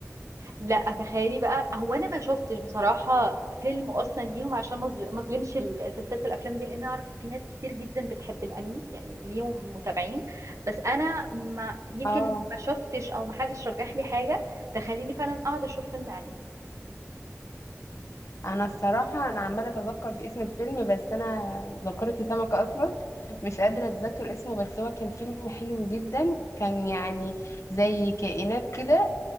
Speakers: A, on the right; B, on the left.
A: لأ، تخيلي بقى هو أنا ما شُفتش بصراحة فيلم أصلًا ليهم عشان ما اظل ما اظلمش ال سلسلة الأفلام دي، لإن أعرف في ناس كتير جدًا بتحب الأنمي، يعني ليهم متابعين، بس أنا ما يمكن
B: اه
A: ما شُفتش أو ما حدش رَجّح لي حاجة تخلّيني فعلًا أقعد أشوف فيلم أنمي.
B: انا الصراحه انا عماله اتذكر في اسم الفيلم بس انا ذاكرتي سمكه اصلا مش قادره اتذكر اسمه بس هو كان فيلم حلو جدا كان يعني زي كائنات كده